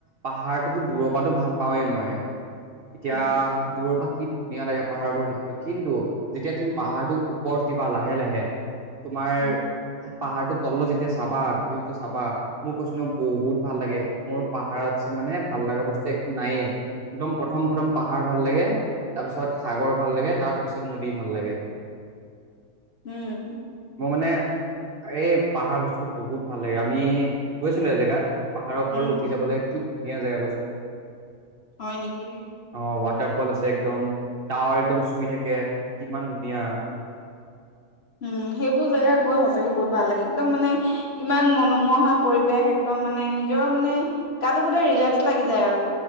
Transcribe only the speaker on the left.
উম
উম
উম।
উম,
হয় নেকি?
উম সেইবোৰ জেগা গৈ সঁচাকে বহুত ভাল লাগে, একদম মানে ইমান মনোমোহা পৰিৱেশ একদম। মানে নিজৰ মানে গাটো গোটেই ৰিলেক্স লাগি যায় আৰু।